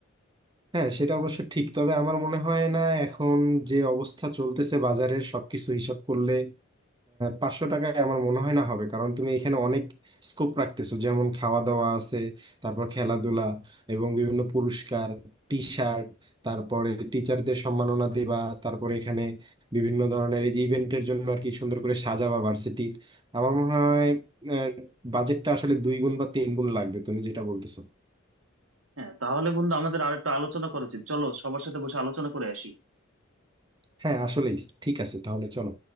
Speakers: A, on the right; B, on the right.
A: হ্যাঁ সেটা অবশ্য ঠিক তবে আমার মনে হয় না এখন যে অবস্থা চলতেছে বাজারের সবকিছু হিসাব করলে পাঁচশো টাকায় আমার মনে হয় না হবে কারণ তুমি এখানে অনেক স্কোপ রাখতেছো যেমন খাওয়া দাওয়া আছে তারপর খেলাধুলা এবং বিভিন্ন পুরস্কার টি শার্ট তারপরে টিচারদের সম্মাননা দেবা তারপরে এখানে বিভিন্ন ধরনের এই যে ইভেন্টের জন্য আর কি সুন্দর করে সাজাবা ভার্সিটির আমার মনে হয় আহ, বাজেটটা আসলে দুই গুণ বা তিন গুণ লাগবে তুমি যেটা বলতেছো
B: হ্যাঁ তাহলে বন্ধু আমাদের আর একটু আলোচনা করা উচিত চলো সবার সাথে বসে আলোচনা করে আসি
A: হ্যাঁ আসলেই ঠিক আছে তাহলে চলো